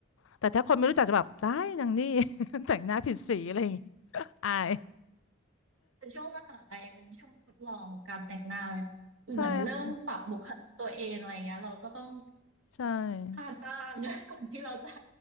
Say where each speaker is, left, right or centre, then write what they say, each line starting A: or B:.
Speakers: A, on the left; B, on the right.
A: แต่ถ้าคนไม่รู้จักจะแบบได้นางนี่ <laughs> แต่งหน้าผิดสีอะไรอย่างงี้อาย
B: แต่ช่วงมหาลัยเป็นช่วงทดลองการแต่งหน้าเหมือนเริ่มปรับบุคลิกตัวเองอะไรเงี้ยเราก็ต้อง
A: ใช่ค่ะใช่
B: พลาดบ้าง <laughs> ก่อนที่เราจะ